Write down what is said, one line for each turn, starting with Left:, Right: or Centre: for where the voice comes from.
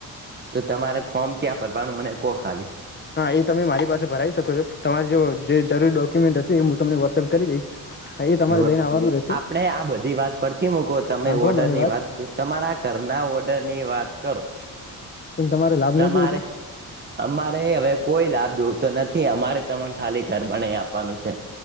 Right: તો તમારે ફોર્મ ક્યાં ભરવાનું મને કો ખાલી
Left: હા એ તમે મારી પાસે ભરાઈ શકો છો તમારી જો જે જરૂરી ડોક્યુમેન્ટ હશે એ હું તમને વોટ્સઅપ કરી દઈશ હા તમારે
Right: એ
Left: લઈને આવવાનું રહેશે
Right: આપણે આ બધી વાત ફથી મૂકો તમે
Left: સાંભળો
Right: ઓર્ડર
Left: મારી
Right: ની વાત કર તમારા ઘરના ઓર્ડર ની વાત કરો
Left: પણ તમારે લાભ
Right: તમારે
Left: નહીં જોયું તો
Right: અમારે હવે કોઈ લાભ જોતો નથી અમારે તને ખાલી ઘર બના આપવાનું છે